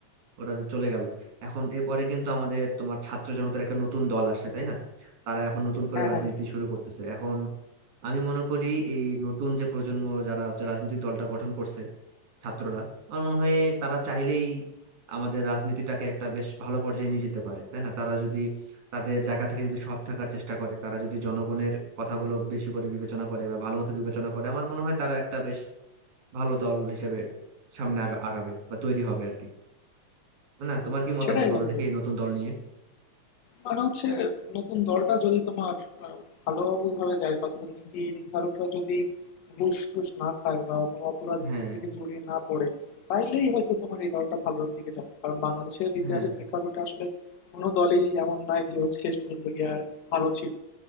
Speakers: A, on the right; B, on the left.
A: ওরা যে চলে গেল এখন এরপরে কিন্তু আমাদের তোমার ছাত্র জনতার একটা নতুন দল আসছে তাই না তারা এখন নতুন করে
B: হ্যাঁ
A: রাজনীতি
B: হ্যাঁ হ্যাঁ।
A: শুরু করতেছে এখন আমি মনে করি এই নতুন যে প্রজন্ম যারা হচ্ছে রাজনৈতিক দলটা গঠন করছে ছাত্ররা আমার মনে হয় তারা চাইলেই আমাদের রাজনীতিটাকে একটা বেশ ভালো পর্যায়ে নিয়ে যেতে পারে তাই না তারা যদি তাদের জায়গা থেকে যদি সৎ থাকার চেষ্টা করে তারা যদি জনগণের কথাগুলো বেশি করে বিবেচনা করে বা ভালো মতো বিবেচনা করে আমার মনে হয় তারা একটা বেশ ভালো দল হিসেবে সামনে আগা- আগাবে বা তৈরি হবে আর কি না তোমার কি মতামত
B: সেটাই
A: বলো
B: বন্ধু
A: দেখি এই নতুন দল নিয়ে
B: মানে হচ্ছে নতুন দলটা যদি তোমার আহ, ভালোভাবে যায় বা তাদের নীতি নির্ধারকরা যদি ঘুষ টুস না খায় বা কোনো অপরাজনীতির
A: হ্যাঁ
B: দিকে জড়িয়ে না পড়ে তাইলেই হয়তো তোমার এই দলটা ভালোর দিকে যাবে কারণ বাংলাদেশের ইতিহাসের
A: হ্যাঁ
B: প্রেক্ষাপটে আসলে কোনো দলই এমন নাই যে হচ্ছে শেষ পর্যন্ত গিয়ে আর ভালো ছিল